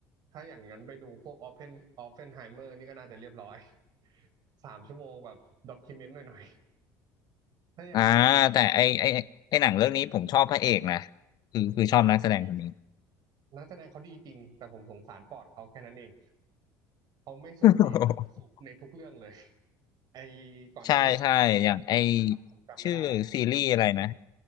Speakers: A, on the right (about 55°); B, on the left (about 55°).
A: ถ้าอย่างนั้นไปดูพวกออฟเฟนออฟเฟนไฮเมอร์นี่ก็น่าจะเรียบร้อย <laughs> สามชั่วโมงแบบด็อกิเมนต์หน่อยๆถ้าอย่างนั้นอ่ะ
B: อ่าแต่ไอไอไอหนังเรื่องนี้ผมชอบพระเอกนะคือคือชอบนักแสดงคนนี้
A: อ่าโอเคนักแสดงเขาดีจริงแต่ผมสงสารปอดเขาแค่นั้นเองเขาไม่สูบบุหรี่แต่ต้องสูบในทุกเรื่องเลย
B: <laughs>
A: <laughs> ไอ้ก่อนหน้านี้เขาเล่นอะไรนะครับผมจำไม่ได้ละ
B: ใช่ใช่อย่างไอชื่อซีรีส์อะไรนะ